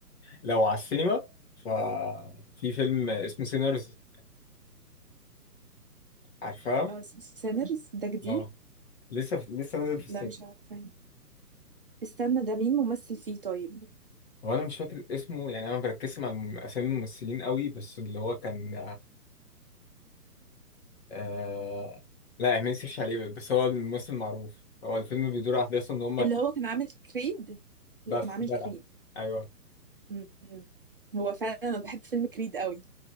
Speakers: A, on the left (about 40°); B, on the right (about 35°).
A: لو على السينما ففي فيلم اسمه سينرز عارفاه
B: اه اسمه سينرز ده جديد
A: اه لسه لسه نازل في السينما
B: لا مش عارفة استنى ده مين ممثل فيه طيب
A: هو انا مش فاكر اسمه يعني انا ما بركزش مع اسامي الممثلين قوي بس اللي هو كان آه لا ما نسيش عليه بس هو الممثل معروف هو الفيلم بيدور احداثه ان هم
B: اللي هو كان عامل كريد
A: بس
B: اللي كان عامل
A: جدع
B: كريد
A: ايوه
B: م- م. هو فعلا انا بحب فيلم كريد قوي